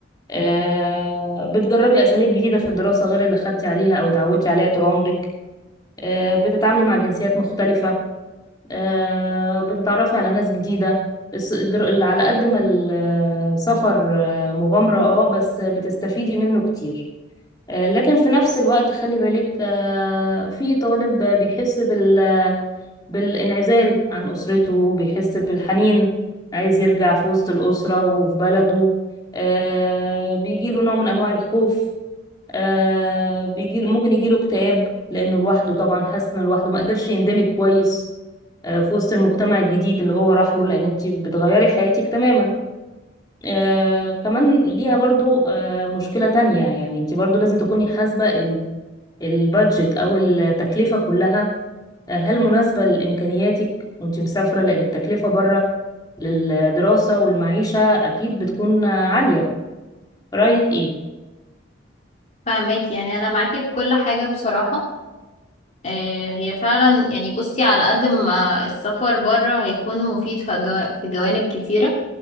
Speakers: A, on the left; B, on the left.
A: آه، بتجربي أساليب جديدة في الدراسة غير اللي خدتي عليها أو اتعودتي عليها طول عمرك آه، بتتعاملي مع جنسيات مختلفة آه، بتتعرفي على ناس جديدة الس- الدر- اللي على قد ما السفر آه، مغامرة اه بس بتستفيدي منه كتير آه، لكن في نفس الوقت خلي بالك آه، في طالب بيحس بال بالانعزال عن أسرته بيحس بالحنين عايز يرجع في وسط الأسرة وفي بلده آه بيجيله نوع من أنواع الخوف آه بيجي ممكن يجيله اكتئاب لأنه لوحده طبعا حاسس إنه لوحده ما قدرش يندمج كويس آه في وسط المجتمع الجديد اللي هو راح له لأن أنت بتغيري حياتك تماما آه كمان ليها برضو آه مشكلة تانية يعني أنت برضو لازم تكوني حاسبة ال- البادجت أو التكلفة كلها آه، هل مناسبة لإمكانياتك وانت مسافرة لأن التكلفة بره للدراسة والمعيشة أكيد بتكون آه، عالية رأيك إيه؟
B: فاهمك يعني انا معاكي في كل حاجه بصراحه آه هي فعلا يعني بصي على قد ما السفر بره هيكون مفيد في, جو... في جوانب كتيره